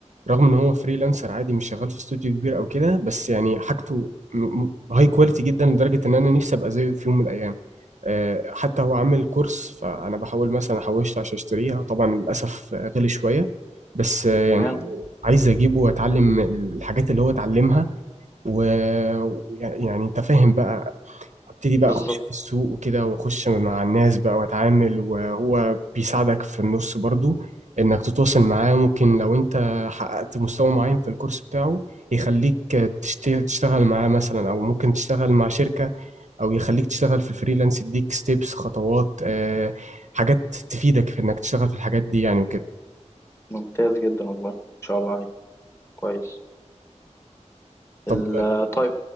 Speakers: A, on the right; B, on the left.
A: رغم ان هو فريلانسر عادي مش شغال في استوديو كبير او كده بس يعني حاجته هاي كواليتي جدا لدرجه ان انا نفسي ابقى زيه في يوم من الايام آه، حتى هو عامل كورس فانا بحاول مثلا احوشت عشان اشتريها طبعا للاسف آه، غلي شويه بس آه،
B: تمام
A: يعني عايز اجيبه واتعلم الحاجات اللي هو اتعلمها ويعني انت فاهم بقى ابتدي بقى
B: بالظبط
A: اخش في السوق وكده واخش مع الناس بقى واتعامل وهو بيساعدك في النص برضو انك تتواصل معاه ممكن لو انت حققت مستوى معين في الكورس بتاعه يخليك تشت- تشتغل معاه مثلا او ممكن تشتغل مع شركة او يخليك تشتغل في الفريلانس يديك ستيبس خطوات آه، حاجات تفيدك في انك تشتغل في الحاجات دي يعني وكده
B: ممتاز جدا والله ان شاء الله عليك كويس
A: طب
B: ال- آه، طيب